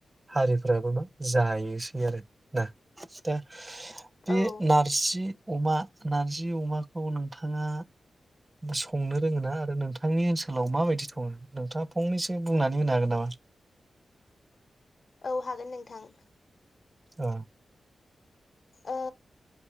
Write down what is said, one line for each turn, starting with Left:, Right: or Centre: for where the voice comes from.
Right: हारि फोराबो मा जायो ए आरोना खिथा। बे
Left: औ
Right: नारजि। अमा। नारजि अमाखौ नोंथाङा संनो रोङोना आरो नोंथांनि ओनसोलाव माबायदि सङो नोंथाङा फंनैसो बुंनानै होनो हागोन नामा?
Left: औ हागोन नोंथां।
Right: औ।
Left: ओ।